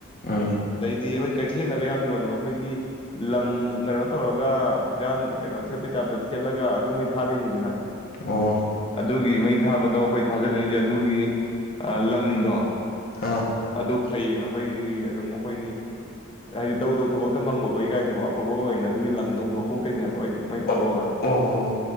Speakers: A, on the left (about 45°); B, on the left (about 25°).
A: ꯎꯝ
B: ꯑꯗꯩꯩꯗꯤ ꯍꯣꯏ ꯀꯩꯊꯦꯜꯗꯒ ꯌꯥꯝ ꯌꯣꯟꯕ ꯑꯩꯈꯣꯏꯒꯤ ꯂꯪ ꯀꯩꯅꯣ ꯇꯧꯔꯒ ꯐꯤꯔꯥꯟ ꯀꯩꯅꯣ ꯊꯦꯠꯄꯩ ꯇꯥꯏꯞꯇ ꯊꯦꯠꯂꯒ ꯑꯗꯨ ꯃꯩ ꯊꯥꯗꯣꯏꯅꯤꯗꯅ
A: ꯑꯣ
B: ꯑꯗꯨꯒꯤ ꯃꯩ ꯊꯥꯕꯗꯣ ꯑꯩꯈꯣꯏ ꯊꯥꯖꯅꯔꯤꯁꯦ ꯑꯗꯨꯒꯤ ꯂꯪꯗꯣ
A: ꯍꯥꯥ
B: ꯑꯗꯨ ꯐꯩꯌꯦꯅ ꯑꯩꯈꯣꯏꯒꯤ ꯑꯗꯨꯝ ꯑꯩꯈꯣꯏꯒꯤ ꯍꯥꯏꯗꯤ ꯇꯧ ꯇꯧ ꯊꯕꯛꯇ ꯃꯪꯒꯣꯜ ꯑꯣꯏ ꯀꯥꯏꯅꯀꯣ ꯑꯐꯕ ꯑꯣꯏ ꯑꯣꯏꯅ ꯑꯗꯨꯒꯤ ꯂꯪꯗꯣ ꯑꯃꯨꯛ ꯂꯧꯊꯣꯛꯇꯣꯏꯅꯦꯕ ꯍꯥꯏꯗꯤ
A: ꯑꯣ
B: ꯊꯥꯗꯣꯛꯑꯒ
A: ꯑꯣ